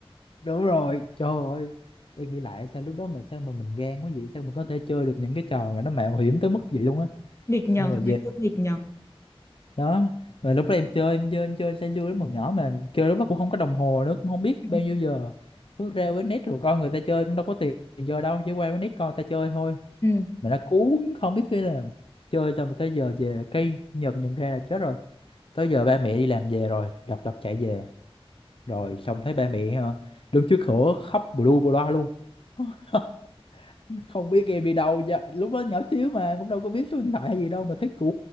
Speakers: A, on the left; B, on the left.
A: đúng rồi trời ơi em nghĩ lại sao lúc đó mà sao mà mình gan quá vậy sao mà có thể chơi được những cái trò mà nó mạo hiểm tới mức vậy luôn á
B: nghịch
A: xong
B: nhờ
A: rồi
B: ngày
A: về
B: xưa nghịch nhờ
A: đó rồi lúc đó em chơi em chơi em chơi say sưa lắm hồi nhỏ mà chơi lúc đó cũng không có đồng hồ nữa cũng không biết
B: ừ
A: bao nhiêu giờ cứ ra với net rồi coi người ta chơi cũng đâu có tiền giờ đâu chỉ qua với net coi người ta chơi thôi
B: ừ
A: mà nó cuốn không biết khi nào chơi xong rồi tới giờ về cây Nhật nhận ra là chết rồi tới giờ ba mẹ đi làm về rồi lật đật chạy về rồi xong thấy ba mẹ ờ, đứng trước cửa khóc bù lu bù loa luôn <laughs> không biết em đi đâu giờ lúc đó nhỏ xíu mà cũng đâu có biết số điện thoại hay gì đâu mà thấy cửa